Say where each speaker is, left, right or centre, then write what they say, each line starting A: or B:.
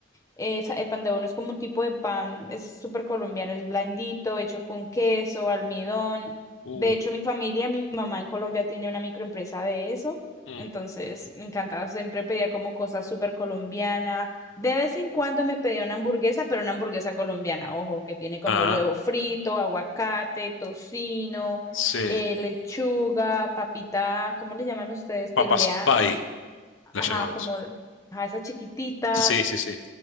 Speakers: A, on the left; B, on the left.
A: Es- el pan de bono es como un tipo de pan, es súper colombiano, es blandito, hecho con queso, almidón.
B: Uh,
A: De hecho, mi familia, mi mamá en Colombia tiene una microempresa de eso.
B: mm.
A: Entonces, me encantaba, siempre pedía como cosas súper colombiana. De vez en cuando me pedía una hamburguesa, pero una hamburguesa colombiana, ojo, que tiene como
B: Ah,
A: huevo frito, aguacate, tocino,
B: sí.
A: eh, lechuga, papita, ¿cómo le llaman ustedes? Piel
B: Papas
A: de... a-
B: pie,
A: No, ajá,
B: la llamamos.
A: como... Ajá, esas chiquititas
B: Sí, sí, sí.